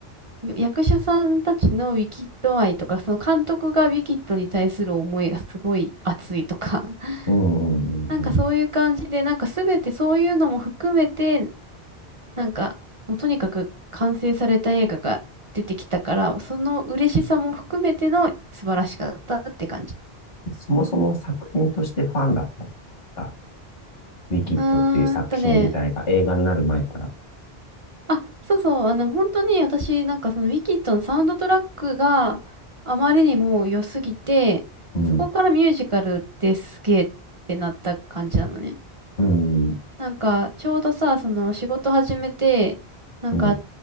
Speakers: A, on the right; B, on the left.
A: 役者さんたちのウィキッド愛とか、その監督がウィキッドに対する思いがすごい熱いとか、<laughs>
B: うん、うん、
A: なんかそういう感じで、
B: うん。
A: なんかすべてそういうのも含めて、なんかもうとにかく完成された映画が出てきたから、その嬉しさも含めての素晴らしかったって感じ。
B: そもそも作品としてファンだったんだ。ウィキッドっていう作品自体が映画になる前から。
A: うーんとね、あ、そうそう、あの、本当に私、なんかそのウィキッドのサウンドトラックがあまりにも良すぎて、
B: うん、
A: そこからミュージカルってすげえってなった感じなのね。
B: うん、
A: なんか、ちょうどさ、その仕事始めて、なんか、
B: うん、